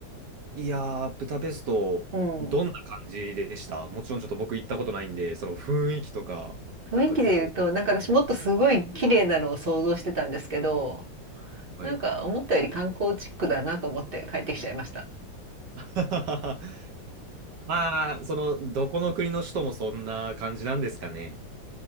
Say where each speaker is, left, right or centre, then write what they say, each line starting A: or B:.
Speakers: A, on the right (about 65°); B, on the right (about 40°).
A: いやー、ブダペスト、
B: うん。
A: どんな感じでしたもちろんちょっと僕行ったことないんで、その雰囲気とか、
B: 雰囲気で言うと、
A: なんかぜひお、
B: なんか私もっとすごい綺麗なのを想像してたんですけど、
A: はい。
B: なんか思ったより観光チックだなと思って帰ってきちゃいました。
A: <laughs> まあ、その、どこの国の首都もそんな感じなんですかね。